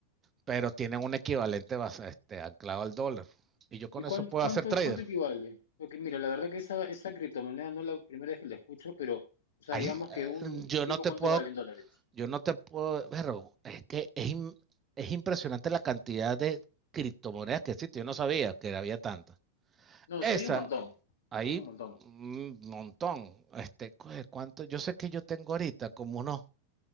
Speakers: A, on the right (about 25°); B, on the left (about 65°).
A: pero tienen un equivalente base, este, anclado al dólar. Y yo con
B: ¿Y cuán-
A: eso puedo
B: cuánto,
A: hacer trader.
B: cuánto equivale? Porque mira, la verdad que esa, esa criptomoneda no es la primera vez que la escucho, pero, o sea,
A: Ahí
B: digamos
A: eh,
B: que un,
A: yo
B: un tipo,
A: no te
B: ¿cuánto
A: puedo,
B: vale en dólares?
A: yo no te puedo, pero es que es, es impresionante la cantidad de criptomonedas que existe. Yo no sabía que había tantas.
B: No,
A: Esa,
B: sí hay un montón,
A: ahí,
B: hay un montón.
A: un montón. Este, ¿cuánto? Yo sé que yo tengo ahorita como unos